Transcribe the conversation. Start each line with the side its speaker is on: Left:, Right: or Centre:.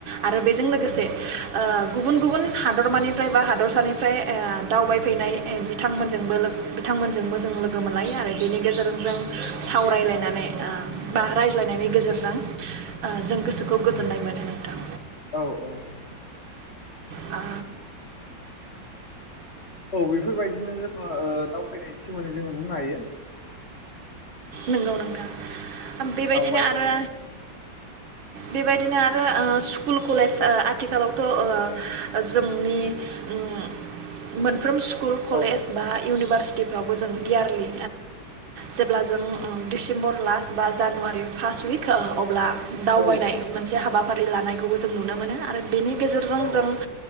Right: आरो बेजों लोगोसे ओ गुबुन गुबुन हादरमानिफ्राय बा हादरसानिफ्राय ओ दावबायफैनाय बिथांमोनजोंबो बिथांमोनजोंबो जों लोगो मोनलायो आरो बेनि गेजेरजों जों सावरायलायनानै बा रायलायनायनि गेजेरजों ओ जों गोसोखौ गोजोननाय मोनो नोथां
Left: औ औ औ
Right: आ
Left: औ बेफोरबायदिनो जोङो दावबायनायनि सोमोन्दै जोङो बुंनो हायो
Right: नंगौ नोंथां बेबायदिनो
Left: दावबायनाय
Right: आरो बेबायदिनो आरो ओ स्कुल कलेज आथिखालावथ' जोंनि ओम मोनफ्रोम सु स्कुल कलेज
Left: औ
Right: बा इउनिभारसि फ्रावबो जों इयारलि जेब्ला जों ओ दिसेम्बर लास्ट बा जानुवारि फार्स्ट उइक अब्ला दावबायनाय
Left: औ
Right: मोनसे हाबा फारि लानायखौबो जों नुनो मोनो आरो बेनि गेजेरजों
Left: औ
Right: जों